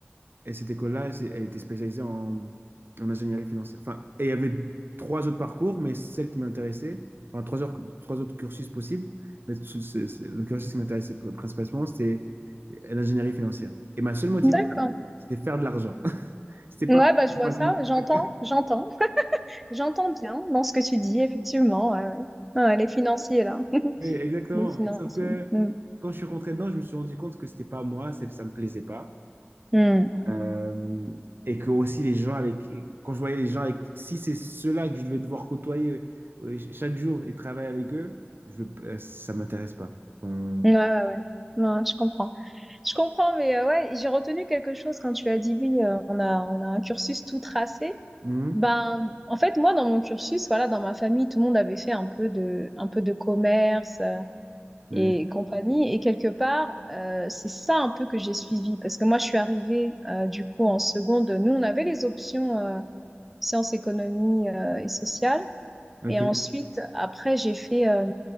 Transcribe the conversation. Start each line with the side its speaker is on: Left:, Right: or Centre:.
Right: et cette école-là, c'est- elle était spécialisée en, en ingénierie financière. Enfin, et il y avait trois autres parcours, mais celle qui m'intéressait, enfin, trois, heures- trois autres cursus possibles. Mais ce- ce- ce- le cursus qui m'intéressait pr- principalement, c'était l'ingénierie financière. Et ma seule motivation,
Centre: D'accord.
Right: c'était faire de l'argent. <laughs> C'était pas
Centre: Ouais,
Right: pour
Centre: bah je vois
Right: passer
Centre: ça,
Right: les plus
Centre: j'entends,
Right: que-
Centre: j'entends. J'entends bien dans ce que tu dis, effectivement. Ouais, ouais. Ouais, les financiers, là. <laughs>
Right: Oui, exactement.
Centre: Les financiers.
Right: Sauf que
Centre: Mm.
Right: quand je suis rentré dedans, je me suis rendu compte que c'était pas moi, c'est- ça me plaisait pas.
Centre: Mm.
Right: Euh, et que aussi les gens avec, et quand je voyais les gens avec, si c'est ceux-là que je devais devoir côtoyer euh, ch- chaque jour et travailler avec eux, je veux, euh, ça m'intéresse pas. Enfin,
Centre: Ouais, ouais, ouais. Ouais, je comprends. Je comprends, mais euh, ouais, j'ai retenu quelque chose quand tu as dit oui, euh, on a, on a un cursus tout tracé.
Right: mhm,
Centre: Ben, en fait, moi, dans mon cursus, voilà, dans ma famille, tout le monde avait fait un peu de, un peu de commerce.
Right: mhm,
Centre: et compagnie. Et quelque part, euh, c'est ça un peu que j'ai suivi, parce que moi, je suis arrivée euh, du coup en seconde. Nous, on avait les options euh, sciences, économie euh, et sociales.
Right: ok.
Centre: Et ensuite, après, j'ai fait euh,